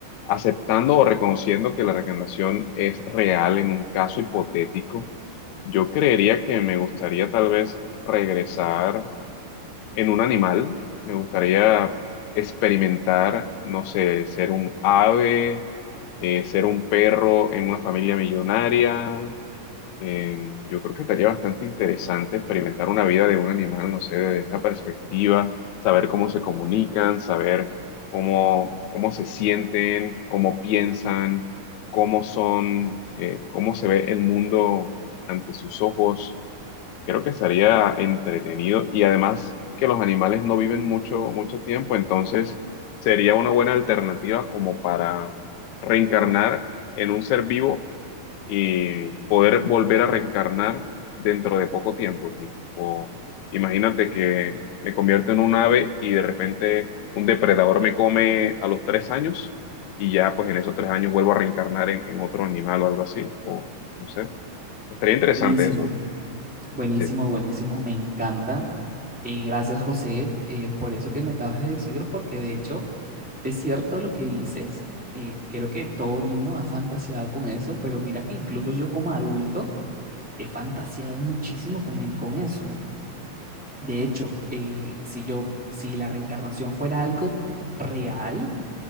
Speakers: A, on the left (about 75°); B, in the centre.
A: aceptando o reconociendo que la reencarnación es real en un caso hipotético, yo creería que me gustaría tal vez regresar en un animal, me gustaría experimentar, no sé, ser un ave, eh, ser un perro en una familia millonaria eh, yo creo que estaría bastante interesante experimentar una vida de un animal, no sé, desde esa perspectiva, saber cómo se comunican, saber cómo, cómo se sienten, cómo piensan, cómo son, eh, cómo se ve el mundo ante sus ojos. Creo que sería entretenido y además que los animales no viven mucho, mucho tiempo, entonces sería una buena alternativa como para reencarnar en un ser vivo y poder volver a reencarnar dentro de poco tiempo, tipo. O imagínate que me convierto en un ave y de repente un depredador me come a los tres años y ya pues en esos tres años vuelvo a reencarnar en, en otro animal o algo así. O no sé, estaría interesante
B: Buenísimo,
A: eso.
B: buenísimo,
A: sí.
B: buenísimo, me encanta. Eh, gracias, José, eh, por eso que me acabas de decir, porque de hecho es cierto lo que dices. eh, creo que todo niño ha fantaseado con eso, pero mira que incluso yo como adulto he fantaseado muchísimo también con eso. De hecho, eh, si yo, si la reencarnación fuera algo real,